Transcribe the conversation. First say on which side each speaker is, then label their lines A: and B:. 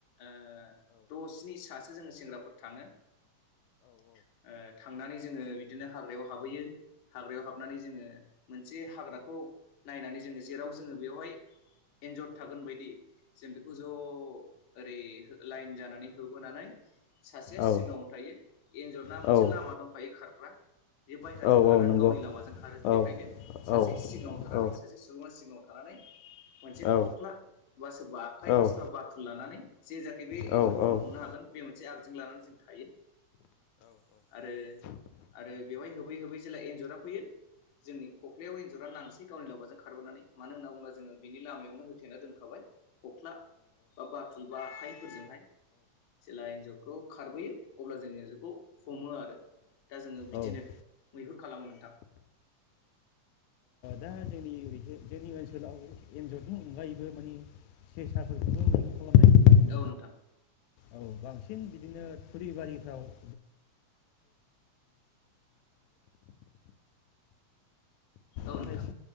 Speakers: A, on the left; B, on the left.
A: ओ दसनि सासे जोङो सेंग्राफोर थाङो ओ थांनानै जोङो बिदिनो हाग्रायाव हाबहैयो हाग्रायाव हाबनानै जोङो मोनसे हाग्राखौ नायनानै जोङो जेराव जोङो बेवहाय एन्जर थागोन बायदि जों बेखौ औ औ अ अओरै लाङ सो होबोनानै सासे
B: औ
A: सिगाङाव थायो एन्जरना
B: औ
A: मोनसे लामा दंखायो खार ग्रा बे बाहहेराजों
B: औ
A: खारा
B: औ नंगौ
A: गावनि लामाजों खारो
B: औ
A: बेखायनो
B: औ
A: सासे सिगाङाव थानानै
B: औ
A: सासे सुबुङा सिगाङाव थानानै मोनसे
B: औ
A: खख्ला बा सोरबा आखाइ बा
B: औ
A: सोर बाथुल लानानै जे जाखि बे
B: औ
A: एन्जरखौ
B: औ
A: जों
B: औ
A: हमनो हागोन बे मोनसे आगजजों लानानै जों थायो आरो आरो बेवहाय होब बै होबै हो जेला एन्जरा फैयो जोंनि खख्लायाव एन्जरा नांसिगोन गावनि लावबाजों खारबोननानै मानो होनांगौ ज बिनि लामायावनो हो थेना दोनखाबाय खख्ला बा बाथुल बा आखाइफोरजोंहाय जेला एन्जरखौ खारबोयो अब्ला जों एन्जर हमो आरो दा जोङो बिदिनो
B: औ औ
A: मैहुर खालामो नोंथां
B: दा जोंनि ओरै जोंनि ओनसोलाव एन्जरनि अनगायैबो माने सेसाफोरखौबो मैहुर खालामनाय नुनो मोनो
A: औ नोंथां
B: औ बांसिन बिदिनो थुरिबारिफ्राव <inaudible>
A: औ
B: नाथाय
A: नोंथां।